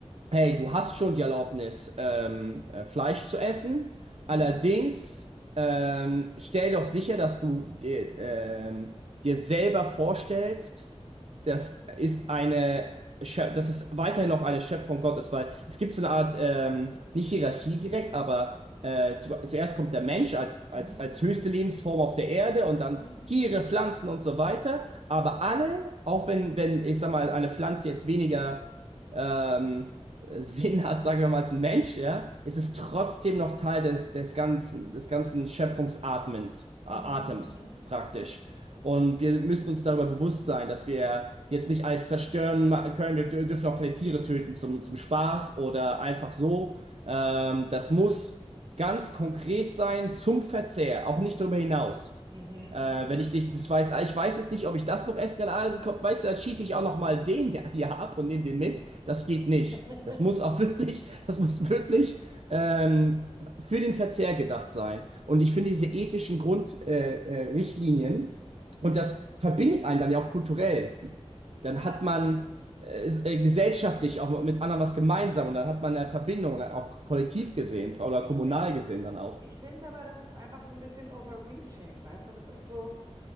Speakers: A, on the right (about 65°); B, on the right (about 35°).
A: hey, du hast schon die Erlaubnis, ähm, äh, Fleisch zu essen.
B: Mhm.
A: Allerdings ähm, stell doch sicher, dass du dir, ähm, dir selber vorstellst, das ist eine, Schö- dass es weiterhin noch eine Schöpfung Gottes, weil es gibt so eine Art, ähm, nicht Hierarchie direkt, aber äh, zu, zuerst kommt der Mensch als,
B: Mhm.
A: als, als höchste Lebensform auf der Erde und dann
B: Mhm.
A: Tiere, Pflanzen und so weiter. Aber alle, auch wenn, wenn, ich sag mal, eine Pflanze jetzt weniger ähm, äh, Sinn hat, sagen wir mal, als ein Mensch, ja, ist es trotzdem noch Teil des, des ganzen, des ganzen Schöpfungsatmens, äh,
B: Mhm.
A: Atems
B: Mhm.
A: praktisch. Und wir müssen uns darüber bewusst sein, dass wir jetzt nicht alles zerstören ma- können. Wir dür- dürfen auch keine Tiere töten zum, zum Spaß oder einfach so. Ähm, das muss ganz konkret sein zum Verzehr, auch nicht darüber hinaus.
B: Mhm.
A: Äh, wenn ich nicht das weiß, ah, ich weiß jetzt nicht, ob ich das noch essen kann, ah, komm, weißt du, dann schieße ich auch noch mal den ja, ja ab und nehme den mit. Das geht nicht.
B: <laughs>
A: Das muss auch <laughs> wirklich, das muss wirklich ähm, für den Verzehr gedacht sein. Und ich finde diese ethischen Grundrichtlinien äh, äh, Richtlinien, und das verbindet einen dann ja auch kulturell.
B: Ja,
A: Dann hat man äh, s- äh, gesellschaftlich auch mit anderen was gemeinsam und dann hat man eine Verbindung, dann auch kollektiv gesehen oder
B: ich
A: kommunal
B: finde,
A: gesehen dann auch.
B: ich finde aber, das ist einfach so ein bisschen overreaching, weißt du? Das ist so,